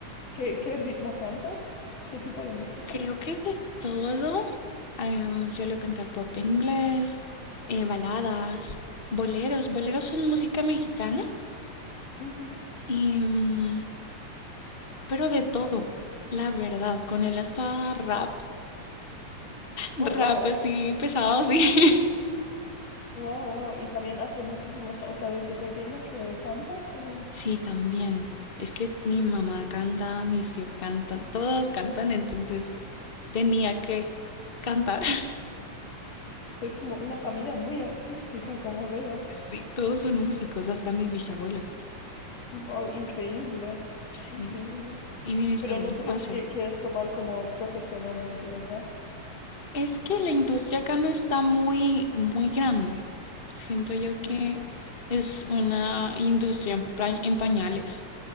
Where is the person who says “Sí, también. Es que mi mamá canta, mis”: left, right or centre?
Left